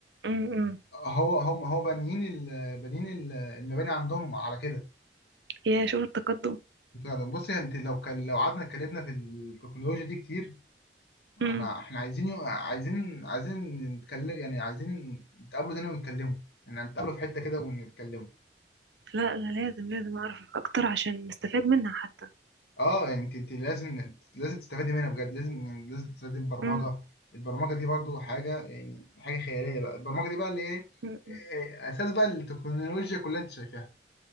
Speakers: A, on the right; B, on the left.
A: أمم.
B: هو هم هو بانيين ال... بانيين ال- المباني عندهم على كده
A: يا شوف التقدم
B: انت بصي انت لو كان لو قعدنا اتكلمنا في التكنولوجيا دي كتير انا
A: أمم.
B: احنا عايزين يو- عايزين عايزين نتكلم يعني عايزين نتقابلوا تاني ونتكلموا يعني نتقابلوا في حته كده ونتكلموا
A: لا أنا لازم لازم أعرف أكتر عشان نستفاد منها حتى
B: اه يعني انت انت لازم لازم تستفادي منها بجد لازم لازم تستفادي من البرمجه
A: أمم.
B: البرمجه دي برضو حاجه يعني حاجه خياليه بقى البرمجه دي بقى اللي ايه
A: أمم.
B: إيه، اساس بقى التكنولوجيا كلها انت شايفاها